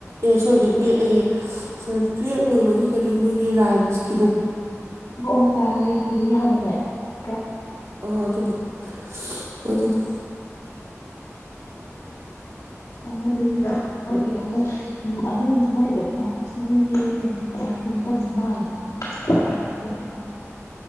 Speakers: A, on the right; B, on the left.
A: ꯑꯦ ꯁꯣꯏꯒꯔꯦ ꯕꯦꯠ ꯑꯩꯌꯦ ꯁ ꯇꯨꯌꯦꯞ ꯂꯣꯏꯕꯒꯤ ꯀꯔꯤ ꯃꯣꯏꯒꯤ ꯔꯥꯏꯝꯁꯀꯤꯗꯣ
B: ꯑꯣ ꯄꯥꯔꯥꯏꯃꯔꯤꯒꯤꯗꯨ ꯑꯗꯨ ꯌꯥꯕꯅꯦ ꯇ꯭ꯔꯣ
A: ꯑ ꯑꯗꯨꯗꯨ ꯍꯣ ꯑꯗꯨꯗꯨ
B: ꯎ ꯑꯗꯨꯒꯤꯗꯨ ꯎ ꯑꯗꯨ ꯁꯨꯃꯥꯏꯗ ꯄ꯭ꯔꯣꯐꯦꯁꯅꯦꯜꯒꯤ ꯀꯩꯅꯣ ꯀꯣꯔꯁ ꯃꯇꯝꯗ ꯃꯥꯜꯂꯦꯕ ꯃꯥ ꯊꯠꯄꯗ